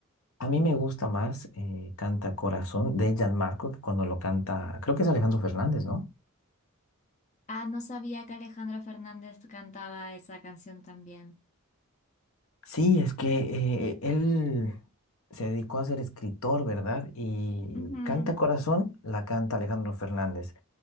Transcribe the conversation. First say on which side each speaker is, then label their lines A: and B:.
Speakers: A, on the left; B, on the left.
A: a mí me gusta más eh, Canta Corazón de Gianmarco que cuando lo canta, creo que es Alejandro Fernández, ¿no?
B: Ah, no sabía que Alejandro Fernández cantaba esa canción también.
A: Sí, es que eh, él se dedicó a ser escritor, ¿verdad? Y
B: Ujú.
A: Canta Corazón la canta Alejandro Fernández.